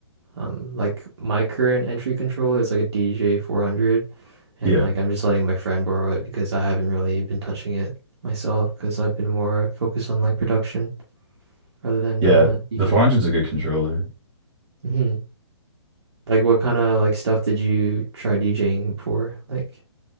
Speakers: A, on the right; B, on the right.
A: um like my current entry controller is like a DJ 400 and
B: yeah,
A: like I'm just letting my friend borrow it because I haven't really been touching it myself because I've been more focused on like production rather than
B: Yeah,
A: uh DJing.
B: the 400's a good controller.
A: hmm Like what kind of like stuff did you try DJing before? Like